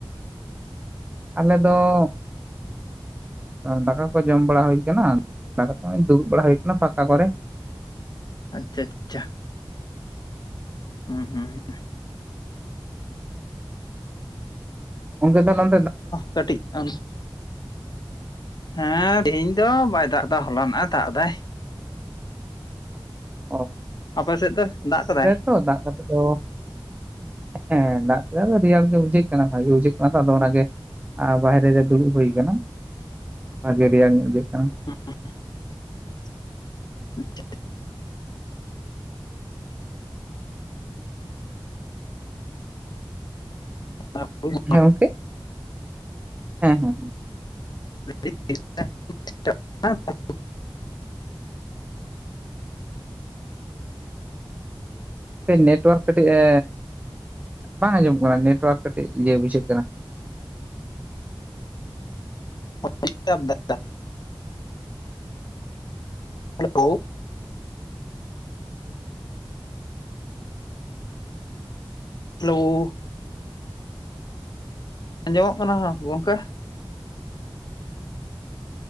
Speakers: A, on the right; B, on the left.
A: ᱟᱞᱮ ᱫᱚᱼᱼ ᱫᱟᱠᱟ ᱠᱚ ᱡᱚᱢ ᱵᱟᱲᱟ ᱦᱩᱭ ᱠᱟᱱᱟ ᱫᱩᱲᱩᱵ ᱵᱟᱲᱟ ᱦᱩᱭ ᱠᱟᱱᱟ ᱯᱷᱟᱸᱠᱟ ᱠᱚᱨᱮ᱾
B: ᱟᱪᱪᱷᱟ ᱟᱪᱪᱷᱟ᱾ ᱦᱩᱸ ᱦᱩᱸ
A: ᱜᱚᱝᱠᱮ ᱛᱟᱞᱦᱮᱼᱼ
B: ᱠᱟᱹᱴᱤᱡ <inaudible> ᱦᱮᱸ ᱛᱮᱦᱤᱧ ᱫᱚ ᱵᱟᱭ ᱫᱟᱜ ᱫᱟ ᱦᱚᱞᱱᱟᱜ ᱫᱟᱜ ᱫᱟᱭ᱾
A: ᱚ
B: ᱟᱯᱮ ᱥᱮᱫ ᱫᱚ ᱫᱟᱜ ᱠᱟᱫᱟᱭ?
A: ᱛᱚ ᱫᱟᱜ ᱟᱫᱚ ᱦᱮᱸ ᱫᱟᱜ ᱠᱮᱫᱟᱭ ᱟᱹᱰ ᱨᱤᱭᱟᱲ ᱜᱮ ᱵᱩᱡᱷᱟᱹᱜ ᱠᱟᱱᱟ ᱵᱷᱟᱜᱮ ᱵᱩᱡᱷᱟᱹᱜ ᱠᱟᱱᱟ ᱛᱚ ᱟᱫᱚ ᱚᱱᱟᱜᱮ ᱟᱨ ᱵᱟᱦᱨᱮ ᱨᱮ ᱫᱩᱲᱩᱵ ᱦᱩᱭ ᱠᱟᱱᱟ, ᱵᱷᱟᱜᱤ ᱨᱮᱭᱟᱲ ᱧᱚᱜ ᱵᱩᱡᱷᱟᱹᱜ ᱠᱟᱱᱟ᱾
B: <inaudible> <inaudible>
A: ᱦᱮᱸ ᱜᱚᱝᱠᱮ? ᱦᱮᱸ ᱦᱮᱸ᱾
B: <inaudible>
A: ᱱᱮᱴᱣᱟᱨᱠ ᱠᱟᱹᱴᱤᱡ ᱮ ᱵᱟᱝ ᱟᱸᱡᱚᱢᱚᱜ ᱠᱟᱱᱟ, ᱱᱮᱴᱣᱟᱨᱠ ᱠᱟᱹᱴᱤᱡ ᱤᱭᱟᱹ ᱵᱩᱡᱷᱟᱹᱜ ᱠᱟᱱᱟ᱾
B: ᱰᱤᱥᱴᱟᱵ ᱫᱟᱭ᱾ ᱦᱮᱞᱳ᱾ ᱦᱮᱞᱳ᱾ ᱟᱸᱡᱚᱢᱚᱜ ᱠᱟᱱᱟ ᱵᱟᱝ ᱜᱚᱝᱠᱮ?